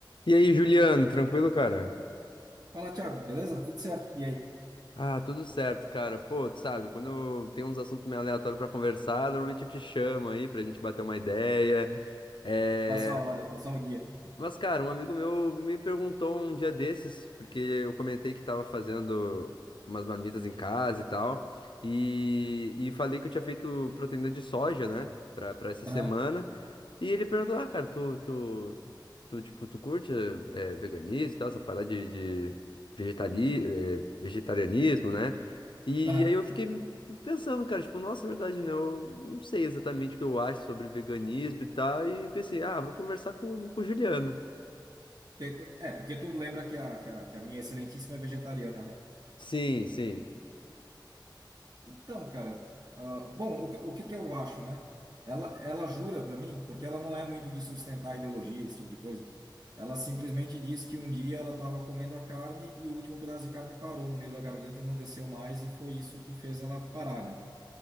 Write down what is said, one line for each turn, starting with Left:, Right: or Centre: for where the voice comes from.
Left: E aí, Juliano, tranquilo, cara?
Right: Fala, Thiago, beleza? Tudo certo? E aí?
Left: Ah, tudo certo, cara. Pô, tu sabe, quando tem uns assuntos meio aleatórios pra conversar, normalmente eu te chamo aí pra gente bater uma ideia. É,
Right: Passou a hora, passou o dia.
Left: Mas, cara, um amigo meu me perguntou um dia desses, porque eu comentei que tava fazendo umas marmitas em casa e tal, e, e falei que eu tinha feito proteína de soja, né, pra, pra essa semana,
Right: Aham,
Left: e ele perguntou, ah, cara, tu, tu, tu, tipo, tu curte é, é, veganismo e tal, essa parada de, de vegetari, é, vegetarianismo, né, e
Right: aham.
Left: aí eu fiquei pensando, cara, tipo, nossa, é verdade, né? Eu não sei exatamente o que eu acho sobre veganismo e tal, e pensei, ah, vou conversar com, com o Juliano.
Right: Que tu- É, porque tu lembra que a, que a, que a minha excelentíssima é vegetariana, né?
Left: Sim, sim.
Right: Então, cara, ah, bom, o, que- o que que eu acho, né? Ela, ela jura pra mim, porque ela não é muito de sustentar ideologia, esse tipo de coisa. Ela simplesmente diz que um dia ela estava comendo a carne e o último pedaço de carne parou no meio da garganta e não desceu mais, e foi isso que fez ela parar, né?